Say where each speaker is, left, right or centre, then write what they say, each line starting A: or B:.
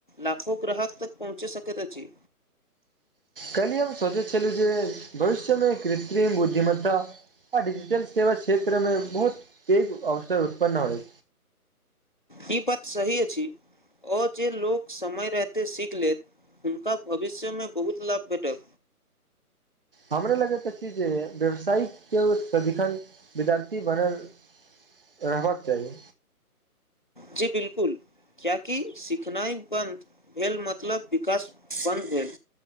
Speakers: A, on the left; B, on the right.
A: लाखो ग्राहक तक पहुँचि सकैत अछि।
B: काल्हिये हम सोचै छलु जे भविष्यमे कृत्रिम उद्यमिता आ डिजिटल सेवा क्षेत्र मे बहुत पेघ अवसर उत्पन्न होइ।
A: ई बात सही अछि। ओ चीज लोक समय रहिते सीख लेत, हुनका भविष्य मे बहुत लाभ भेटत।
B: हमर लगैत अछि, जे व्यवसायके सदिखन विद्यार्थी बनल रहबाक चाहि।
A: जी बिल्कुल। किएकि सिखनाइ बन्द भेल, मतलब विकास बन्द भेल।